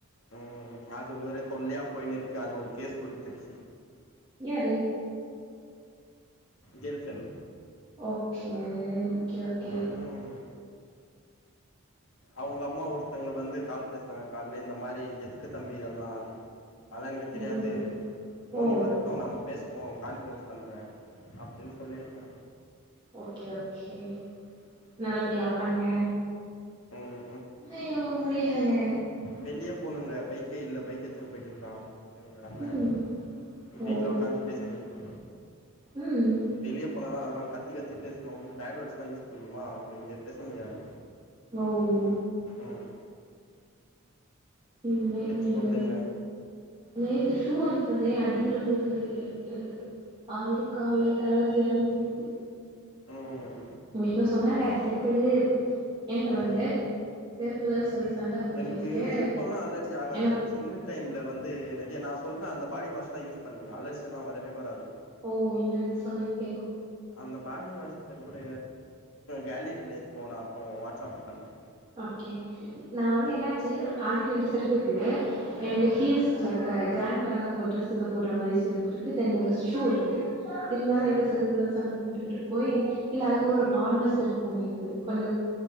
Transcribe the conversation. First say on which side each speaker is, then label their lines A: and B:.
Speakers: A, on the left (about 70°); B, on the right (about 20°).
A: ம் அது ஒரு தொல்லையா போயினுருக்கு அது ஒரு கேஸ் குடுத்துருச்சி
B: யாரு
A: girl friend
B: okay okay okay
A: ம் ம் அவுங்க அம்மா ஒருத்தவங்க வந்து கால் பேஸ்னாங்க கால்ல இந்த மாரி எதுக்கு தம்பி இதெல்லா அது அதா எனக்கு தெரியாது
B: ம்
A: மோனி
B: ஓ
A: வருட்டு நம்ம பேஸ் பவோ கான்ஃபிரன்ஸ் பண்றே அப்டின்னு சொல்லிருக்கே
B: ஓகே ஓகே நல்லபடியா பண்ணுங்க
A: ம்
B: ஹய்யோ முடிலைங்க
A: வெளியே போணுங்க பைக்கே இல்ல பைக் எத்துன்னு போயிட்டு இருக்கா எங்க அண்ணே
B: ம் ஓ
A: வீட்ல உக்காந்து பேசினு இருக்கே
B: ம்
A: வெளிய போனாதா அதெல்லா கத்தி கத்தி பேசணு பேட் வேர்ட்ஸ்ல்லா யூஸ் பண்ணுமா இங்க பேச முடியாது
B: ஓஹ்
A: ம்
B: நீ
A: சரி
B: எங்க
A: சொல்லுங்க
B: வீ நேத்து ஷூ வாங்கிட்டு வந்தே அடி விள போகுன்னு நினைக்கிறே எனக்கு அவளுக்கு கால்ல லைட்டா அலர்ஜியான மாரி இருக்கு
A: ம்
B: எங்க வீட்டுல சொன்னாங்க செருப்பிடு என்ட வந்து
A: ம்
B: செருப்புலன்னு சொல்லி சண்ட போட்டுக்கிட்டு
A: எனக்கு இப்பல்லா அலர்ஜி ஆகாது
B: என்ன
A: சின்ன டைம்ல வந்து நிறைய நா சொல்றே அந்த பாடி வாஷ்லா யூஸ் பண்ணுவே அலர்சில்லா வரவே வராது
B: ஓ என்னனு சொல்லுங்க கேப்போ
A: அந்த பாடி வாஷ் பேர் கூட கேலரியில இருக்கு நா அப்புறோ வாட்ஸ்அப் பண்றே
B: ஓகே நா வந்து என்னாச்சு ஆல்ரெடி ரெண்டு செரு இருக்குது ரெண்டு
A: ம்
B: ஹீல்ஸ் லைக் கிராண்டான போட் டிரெஸுக்கு போற மாரி செருப்பு இருக்கு தென் ஒரு ஷூ இருக்குது இருந்தாலு
A: ம்
B: நேத்தே செருப்பில்லன்னு சண்ட போட்டுக்கிட்டு போய் இல்ல அதுக்கப்புறோ ஒரு நார்மல் செருப்பொன்னு இருக்குது கொஞ்சோ